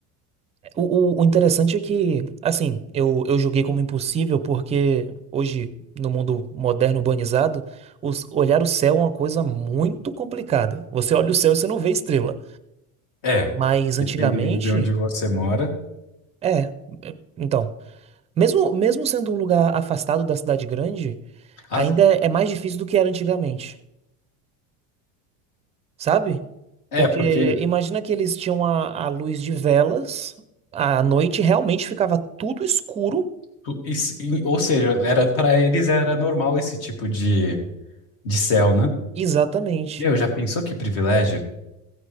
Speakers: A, on the right; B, on the left.
A: O, o- o interessante é que, assim, eu, eu julguei como impossível porque hoje, no mundo moderno urbanizado, os- olhar o céu é uma coisa muito complicada. Você olha o céu e você não vê estrela.
B: É,
A: Mas antigamente,
B: dependendo de onde você mora.
A: é. Então, mesmo, mesmo sendo um lugar afastado da cidade grande, ainda
B: Ah,
A: é mais difícil do que era antigamente, sabe?
B: é,
A: Porque
B: porque,
A: imagina que eles tinham a, a luz de velas, à noite realmente ficava tudo escuro,
B: tu- isso- e- ou seja, era para eles era normal esse tipo de, de céu, né?
A: exatamente.
B: Meu, já pensou que privilégio